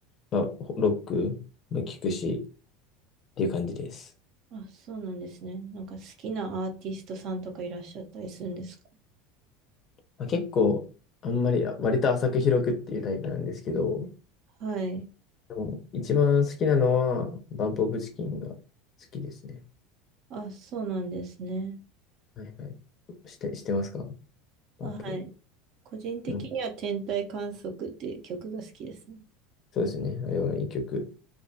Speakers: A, on the left; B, on the right.
A: まあ、ほロックも聞くしっていう感じです。
B: あ、そうなんですね。なんか好きなアーティストさんとかいらっしゃったりするんですか
A: まあ、結構、あんまり、あ割と浅く広くっていうタイプなんですけど、
B: はい。
A: でも一番好きなのは、バンプオブチキンが好きですね。
B: あ、そうなんですね。
A: はいはい。して、してますかバンプ。
B: あ、はい。個人的には天体観測っていう曲が好きですね。
A: うん。そうですね。あれはいい曲